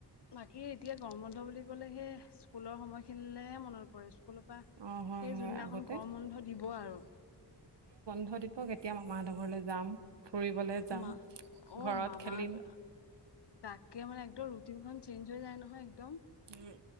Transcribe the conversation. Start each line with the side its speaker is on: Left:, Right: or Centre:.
Left: বাকী এতিয়া গৰম বন্ধ বুলি ক'লে, সেই স্কুলৰ সময়খিনিলেহে মনত পৰে। কোনোবা,
Right: অ
Left: সেই
Right: হয় হয়
Left: যোনদিনাখন
Right: আগতে
Left: গৰম বন্ধ দিব আৰু।
Right: হয় দিপক, এতিয়া মামাহঁতৰ ঘৰলৈ যাম। ফুৰিবলৈ যাম
Left: মা অ,
Right: ঘৰত
Left: মামাহঁতৰ।
Right: খেলিম
Left: তাকে মানে, একদম ৰুটিনখন চেঞ্জ হৈ যায় নহয় একদম।
Right: উম